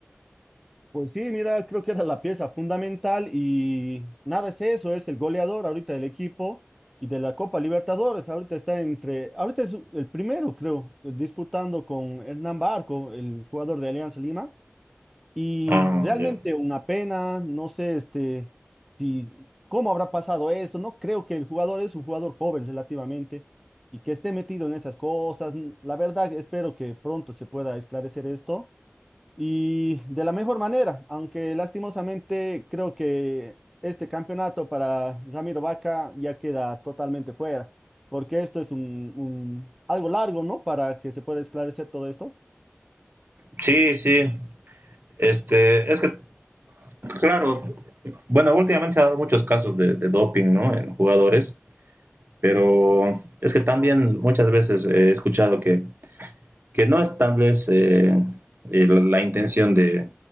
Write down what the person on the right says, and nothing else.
Ah,
yeah.
Sí, sí. Este, es que, claro, bueno, últimamente se han dado muchos casos de, de doping, ¿no? En jugadores Pero es que también muchas veces eh, he escuchado que, que no es tal vez eh, eh, la, la intención de,